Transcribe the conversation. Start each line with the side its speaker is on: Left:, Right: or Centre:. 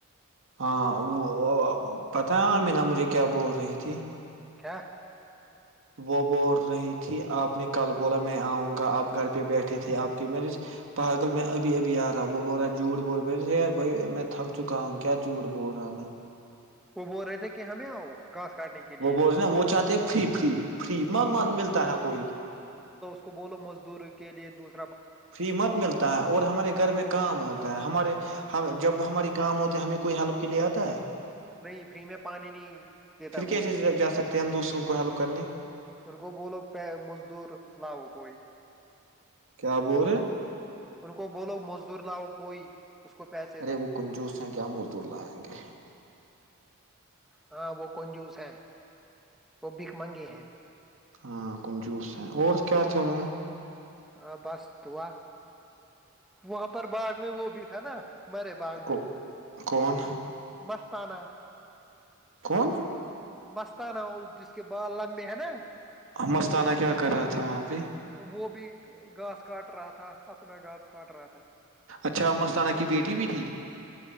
Right: ہاں وہ پتا ہے امینا مجھے کیا بول رہی تھی
Centre: کیا
Right: وہ بول رہی تھی آپ نے کل بولا میں آؤں گا آپ گھر پہ بیٹھے تھے آپ کی میں پاگل میں ابھی ابھی آ رہا وہ بول رہا جھٹ بول بھائی میں تھک چکا ہوں کیا جھوٹ بول رہا میں
Centre: وہ بول رہے تھے کہ ہمیں آؤ گھاس کاٹنے کے
Right: وہ
Centre: لیے
Right: بولتے وہ چاہتے ہیں فری فری فری م ملتا ہے کوئی
Centre: قبول و مزدوروں کے لیئے دوسرے
Right: فری مت ملتا ہے اور ہمارے گھر میں کام ہوتا ہے ہمارے جب ہماری کام ہوتے ہے ہمیں کوئی ہیلپ کے لیے آتا ہے
Centre: نہیں فری میں پانی نہیں دیتا
Right: پھر
Centre: کوئی
Right: کیسے جا سکتے ہیں ہم دوسروں کو ہیلپ کرنے
Centre: ان کو بولو پ مزدور لاؤ کوئی <unintelligible>
Right: کیا بول رہے
Centre: ان کو بولو مزدور لاؤ کوئی اس کو پیسے
Right: ارے
Centre: دو
Right: وہ کنجوس ہیں کیا مزدور لائیں گے
Centre: ہاں وہ کنجوس ہے وہ بک منگی ہے
Right: ہاں کنجوس ہیں اور کیا چل رہا ہے
Centre: ہاں بس دعا وہاں پر باغ میں وہ بھی تھا نا مرے باغ میں
Right: کو
Centre: <inaudible>
Right: کون <inaudible>
Centre: مستانہ <inaudible>
Right: کون
Centre: مستانہ ہو جس کے بال لمبے ہیں نا
Right: مستانہ کیا کر رہا تھا وہاںہ
Centre: وہ بھی <inaudible> گاس کاٹ رہا تھا اپنا گاس کاٹ رہا تھا
Right: اچھا مستانہ کی بیٹی بھی تھی